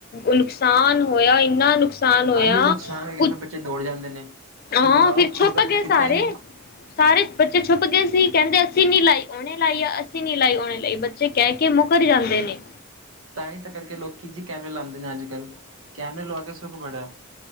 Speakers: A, on the left; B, on the right.
A: ਨੁਕਸਾਨ ਹੋਇਆ ਇੰਨਾ ਨੁਕਸਾਨ ਹੋਇਆ।
B: ਹਾਂਜੀ ਨੁਕਸਾਨ ਕਰਕੇ
A: ਪੁ
B: ਫਿਰ ਬੱਚੇ ਦੌੜ ਜਾਂਦੇ ਨੇ-
A: ਹਾਂ
B: ਬੁਲਾਓ
A: ਫਿਰ ਛੁੱਪ
B: ਅਸੀਂ ਤਾਂ ਕੁਛ
A: ਗਏ
B: ਕੀਤਾ
A: ਸਾਰੇ।
B: ਹੀ ਨਹੀਂ
A: ਸਾਰੇ ਬੱਚੇ ਛੁਪ ਗਏ ਸੀ ਕਹਿੰਦੇ ਅਸੀਂ ਨੀ ਲਾਈ ਓਨੇ ਲਾਈਏ ਆ ਅਸੀਂ ਨੀ ਲਾਈ ਓਹਨੇ ਲਾਈ ਕਹਿ ਕੇ ਮੁੱਕਰ ਜਾਂਦੇ ਨੇ।
B: ਤਾਂ ਹੀ ਤਾਂ ਕਰਕੇ ਲੋਕ ਜੀ ਕੈਮਰੇ ਲਉਦੇ ਨੇ ਅੱਜ ਕੱਲ੍ਹ ਕੈਮਰੇ ਲਵਾ ਕੇ ਸੁੱਖ ਬੜਾ।